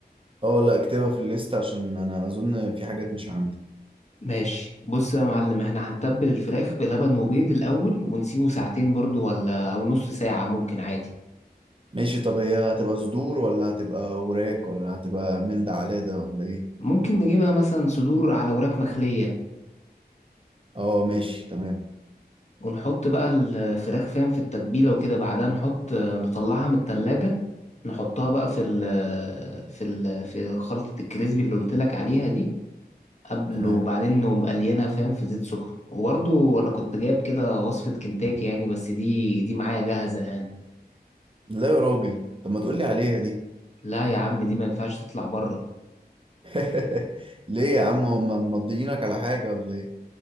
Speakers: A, on the right; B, on the left.
A: اه لا اكتبها في الليست عشان انا اظن في حاجات مش عندي
B: ماشي بص يا معلم احنا هنتبل الفراخ بلبن وبيض الأول ونسيبه ساعتين برضو ولا أو نص ساعة ممكن عادي
A: ماشي طب هي هتبقى صدور ولا هتبقى وراك ولا هتبقى من ده على ده ولا ايه
B: ممكن نجيبها مثلا صدور على وراك مخلية
A: اه ماشي تمام
B: ونحط بقى الفراخ فاهم في التتبيلة وكده بعدها نحط نطلعها من التلاجة نحطها بقى في ال في ال في خلطة الكريسبي اللي قلت لك عليها دي قبل
A: تمام
B: وبعدين نقوم قلينها فاهم في زيت سخن وبرضو أنا كنت جايب كده وصفة كنتاكي يعني بس دي دي معايا جاهزة يعني
A: لا يا راجل طب ما تقولي عليها دي
B: لا يا عم دي ما ينفعش تطلع بره
A: <laughs> ليه يا عم هم مضيينك على حاجة ولا ايه